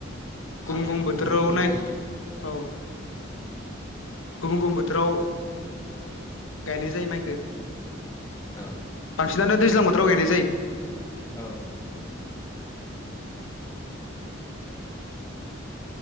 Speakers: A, on the left; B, on the left.
A: गुबुन
B: हानायाबो
A: बोथोराव
B: गुबुन गुबुन
A: नाय
B: जायो।
A: औ गुबुन गुबुन बोथोराव गायनाय जायो माइखौ
B: औ
A: बांसिनानो दैज्लां बोथोराव गायनाय जायो
B: औ